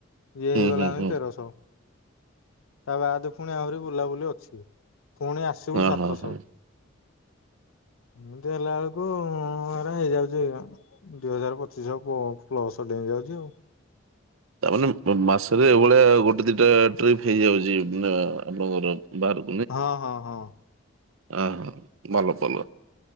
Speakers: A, on the left; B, on the right.
A: ଇଏ
B: ହୁଁ
A: ହେଇଗଲାଣି
B: ହୁଁ ହୁଁ
A: ତେରଶହ, ତା ବାଦେ ପୁଣି ଆହୁରି ବୁଲାବୁଲି ଅଛି। ପୁଣି ଆସିବୁ
B: ହଁ
A: ସାତସ
B: ହଁ ହଁ।
A: ଏମ୍ତି ହେଲା ଵେଳୁକୁ ହଁରା ହେଇଯାଉଚି ଦି ହଜାର ପଚିଶଶହ ପ୍ଲସ ଡେଇଁ ଯାଉଚି ଆଉ।
B: ତା ମାନେ ମାସରେ ଏଭଳିଆ ଗୋଟେ ଦିଟା ଟ୍ରିପ୍ ହେଇଯାଉଚି ମାନେ ଆପଣଙ୍କର ବାହାରକୁ।
A: ହଁ-ହଁ-ହଁ।
B: ଅ-ହଁ-ଭଲ-ଭଲ।